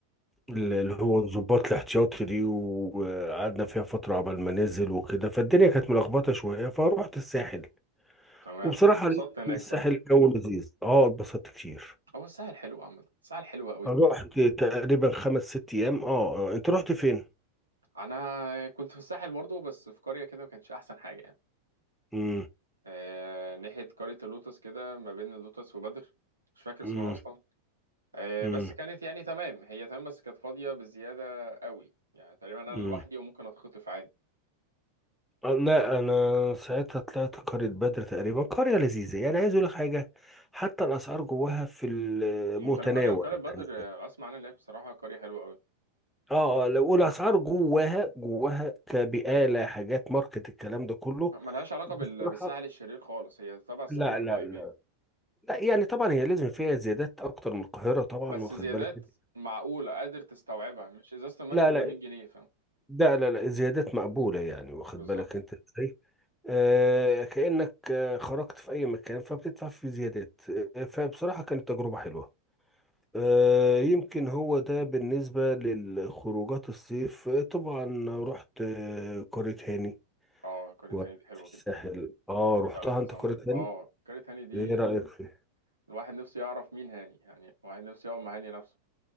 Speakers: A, on the right; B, in the centre.
A: ال...
B: اللي هو الضباط الاحتياطي دي وقعدنا فيها فترة عبال ما ننزل وكده فالدنيا كانت ملخبطة شوية فروحت الساحل
A: تمام
B: وبصراحة
A: واتبسطت
B: لقيت
A: هناك
B: إن الساحل
A: صح
B: جو لذيذ اه اتبسطت كتير
A: هو الساحل حلو عامة الساحل حلو قوي
B: رحت تقريبا خمس ست أيام اه آه، انت رحت فين؟
A: انا كنت في الساحل برضو بس في قرية كده ما كانش احسن حاجة يعني
B: مم.
A: آه، ناحية قرية اللوتس كده ما بين اللوتس وبدر مش فاكر
B: مم.
A: اسمها أصلا آه،
B: مم.
A: بس كانت يعني تمام هي تمام بس كانت فاضية بزيادة قوي يعني تقريبا أنا
B: مم.
A: لوحدي وممكن أتخطف عادي
B: آه، لا انا ساعتها طلعت قرية بدر تقريبا قرية لذيذة يعني عايز اقول لك حاجة حتى الاسعار جواها في المتناول
A: متنقلة وقرية بدر
B: يعني
A: آه، أسمع عنها إن هي بصراحة قرية حلوة قوي
B: اه اه لو اقول اسعار جواها جواها كبقاله حاجات ماركت الكلام ده كله
A: ملهاش علاقة
B: بصراحه
A: بال- بالساحل الشرير خالص هي تبع الساحل
B: لا
A: الطيبين
B: لا لا لا يعني طبعا هي لازم فيها زيادات اكتر من القاهره طبعا
A: بس
B: واخد
A: زيادات
B: بالك انت
A: معقولة قادر تستوعبها مش إزازة المية
B: لا
A: ب 300
B: لا
A: جنيه فاهم
B: ده لا لا زيادات مقبوله يعني واخد
A: بالظبط
B: بالك انت ازاي آه كانك آه، خرجت في اي مكان فبتدفع في زيادات آه، فبصراحه كانت تجربه حلوه آه، يمكن هو ده بالنسبة للخروجات الصيف آه، طبعا رحت آه، قرية هاني
A: اه قرية
B: وقت
A: هاني دي حلوة
B: في الساحل
A: جدا
B: اه رحتها
A: آه، كذا
B: انت قرية
A: مرة
B: تاني
A: اه قرية هاني دي
B: ايه رأيك فيه
A: الواحد نفسه يعرف مين هاني يعني الواحد نفسه يقعد مع هاني نفسه